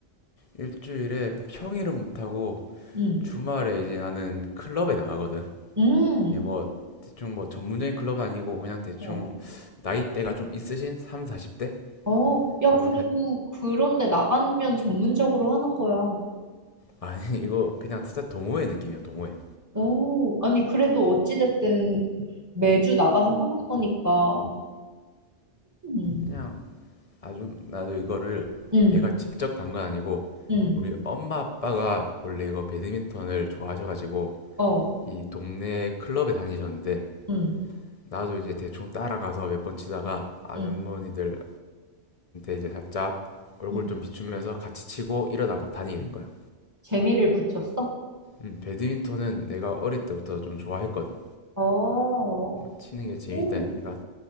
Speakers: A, on the left; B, on the right.
A: 일주일에 평일은 못하고,
B: 응,
A: 주말에 이제 나는 클럽에 나가거든.
B: 응.
A: 이게 뭐, 대충 뭐, 전문적인 클럽 아니고, 그냥 대충,
B: 어.
A: 나이대가 좀 있으신? 3, 40대?
B: 어, 야,
A: 좀
B: 그래도 그런데 나가면 전문적으로 하는 거야.
A: 아니 이거 그냥 진짜 동호회 느낌이야 동호회
B: 오, 아니, 그래도 어찌됐든 매주 나가서 하는 거니까. 음,
A: 그냥 아주 나도 이거를
B: 음,
A: 내가 직접 간 건 아니고
B: 음,
A: 우리 엄마 아빠가 원래 이거 배드민턴을 좋아하셔가지고
B: 어,
A: 이 동네 클럽에 다니셨는데
B: 음,
A: 나도 이제 대충 따라가서 몇 번 치다가 아주머니들한테
B: 음,
A: 이제 살짝 얼굴
B: 음.
A: 좀 비추면서 같이 치고 이러다가 다니게 된 거야
B: 재미를 붙였어?
A: 음 배드민턴은 내가 어릴 때부터 좀 좋아했거든
B: 어,
A: 치는 게 재밌다
B: 오,
A: 내가